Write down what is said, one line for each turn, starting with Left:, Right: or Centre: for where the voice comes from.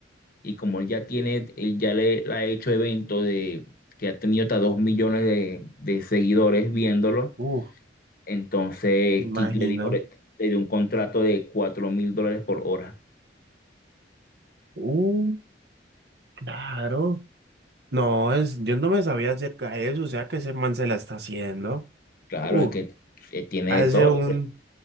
Left: Y como él ya tiene, él ya le, le ha hecho eventos de que ha tenido hasta dos millones de, de seguidores viéndolo,
Right: Uf,
Left: entonces
Right: me imagino.
Left: Kick le dijo, le, le dio un contrato de cuatro mil dólares por hora.
Right: Uh, claro. No, es, yo no me sabía acerca de eso, o sea que ese man se la está haciendo.
Left: Claro,
Right: Uh,
Left: es que eh, tiene
Right: hace
Left: de todo.
Right: un,